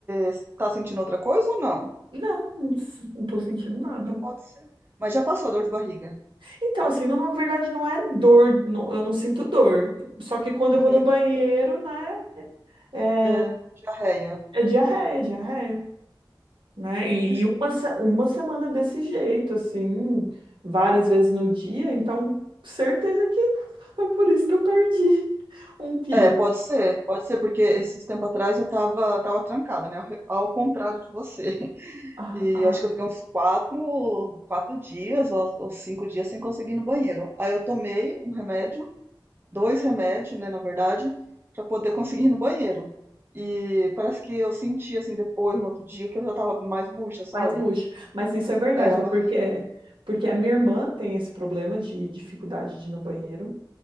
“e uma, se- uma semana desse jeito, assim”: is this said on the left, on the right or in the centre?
Right